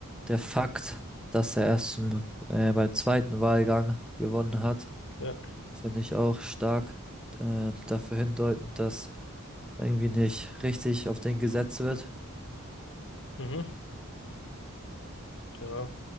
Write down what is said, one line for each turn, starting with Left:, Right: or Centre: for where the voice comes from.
Centre: der Fakt, dass er erst im, äh, beim zweiten Wahlgang gewonnen hat,
Left: Ja,
Centre: finde ich auch stark äh, dafür hindeutend, dass irgendwie nicht richtig auf den gesetzt wird.
Left: mhm. Ja,